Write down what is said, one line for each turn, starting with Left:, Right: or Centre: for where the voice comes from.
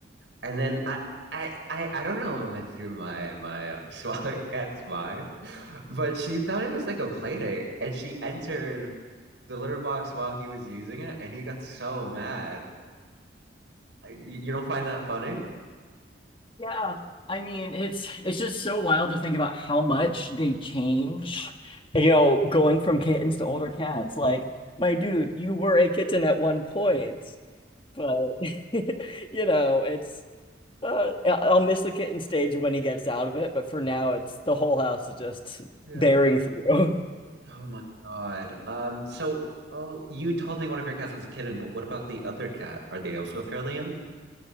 Right: And then I, I, I, I don't know what went through my my uh, <laughs> smaller cat's mind, but she thought it was like a play date, and she entered the litter box while he was using it, and he got so mad. I- You you don't find that funny?
Left: Yeah. I mean, it's it's just so wild to think about how much they change, you know, going from kittens to older cats. Like, my dude, you were a kitten at one point, but <laughs> you know, it's Uh, I- I'll miss the kitten stage when he gets out of it, but for now, it's the whole house is just
Right: Yeah.
Left: bearing through. <laughs>
Right: Oh my God. Um, so oh you told me one of your cats was a kitten, but what about the other cat? Are they also fairly young?